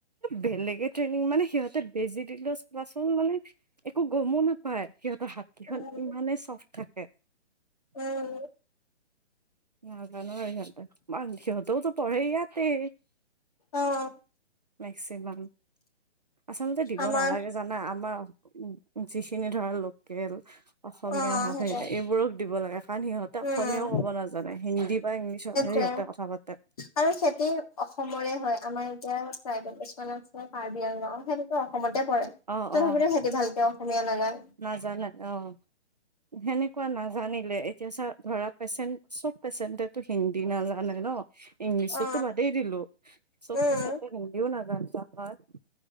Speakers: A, on the right; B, on the left.
A: বেলেগে ট্ৰেইনিং মানে সিহঁতে বেজি দিলে কাচোন মানে একো গমো নাপায়। সিহঁতৰ হাতীখন
B: উম
A: ইমানেই চফট থাকে।
B: উম
A: ন কাৰ ন য মানিতও পঢ়ে আতে।
B: অহ'।
A: মেক্সিমাম। আচলতে দিব
B: আমাৰ
A: নালাগে জানা, আমাৰ উম যিখিনি ধৰা লোকেল। অসমীয়া
B: অ
A: হওঁক
B: সেইটোৱে
A: সেই এইবোৰক দিব লাগে, কাৰণ সিহঁতে
B: উম
A: অসমীয়াও ক'ব নাজানে হিন্দী বা ইংলিছতহে
B: তে।
A: সিহঁতে কথা পাতে
B: আৰু খেতি অসমৰে হয় আমাৰ এতিয়া ট্ৰাইবেল আছে কাৰ্বি আংলং সেইটোতো অসমত অসমতে পৰে,
A: অ
B: তথাপিতো
A: অ
B: সিহঁতে ভালকে অসমীয়া নাজানে।
A: নাজানে অহ। সেনেকুৱা নাজানিলে এতিয়া চা, ধৰা পেচেণ্ট চব পেচেণ্টেটো হিন্দী নাজানে ন। ইংলিছততো
B: অ
A: বাদেই দিলো, চব
B: উম
A: পেচেণ্টৈ হিন্দীও নাজা <unintelligible>